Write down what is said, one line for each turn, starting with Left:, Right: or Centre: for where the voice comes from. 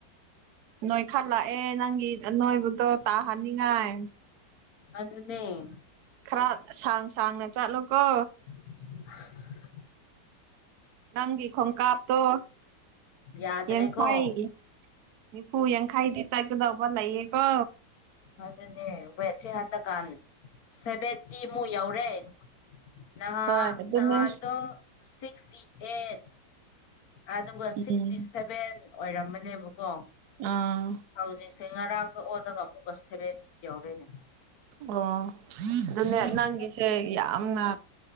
Right: ꯅꯣꯏ ꯈꯜꯂꯛꯑꯦ ꯅꯪꯒꯤ ꯅꯣꯏꯕꯨꯗꯣ ꯇꯥꯍꯅꯤꯡꯉꯥꯏ
Left: ꯑꯗꯨꯅꯦ
Right: ꯈꯔ ꯁꯥꯡ ꯁꯥꯡꯅ ꯆꯠꯂꯨꯀꯣ
Left: <unintelligible>
Right: ꯅꯪꯒꯤ ꯈꯣꯡꯀꯥꯞꯇꯣ
Left: ꯌꯥꯗ꯭ꯔꯦꯀꯣ
Right: ꯌꯦꯡꯈꯥꯏ ꯅꯤꯐꯨ ꯌꯥꯡꯈꯩꯗꯤ ꯆꯠꯀꯗꯧꯕ ꯂꯩꯌꯦꯀꯣ
Left: ꯑꯗꯨꯅꯦ ꯋꯦꯠꯁꯦ ꯍꯟꯗꯛꯀꯥꯟ ꯁꯚꯦꯟꯇꯤꯃꯨꯛ ꯌꯥꯎꯔꯦ ꯅꯍꯥꯟ
Right: ꯍꯣꯏ ꯑꯗꯨꯅꯦ
Left: ꯅꯍꯥꯟꯗꯣ ꯁꯤꯛꯁꯇꯤ ꯑꯩꯠ ꯑꯗꯨꯒ
Right: ꯎꯝ
Left: ꯁꯤꯛꯁꯇꯤ ꯁꯦꯚꯦꯟ ꯑꯣꯏꯔꯝꯕꯅꯦꯕꯀꯣ
Right: ꯑꯥ
Left: ꯍꯧꯖꯤꯛꯁꯦ ꯉꯔꯥꯡꯗ ꯑꯣꯜꯂꯒ ꯑꯃꯨꯛꯀ ꯁꯦꯚꯦꯟꯇꯤ ꯌꯥꯎꯔꯦꯅꯦ
Right: ꯑꯣ ꯑꯗꯨꯅꯦ
Left: ꯈꯪꯗꯦꯗ
Right: ꯅꯪꯒꯤꯁꯦ ꯌꯥꯝꯅ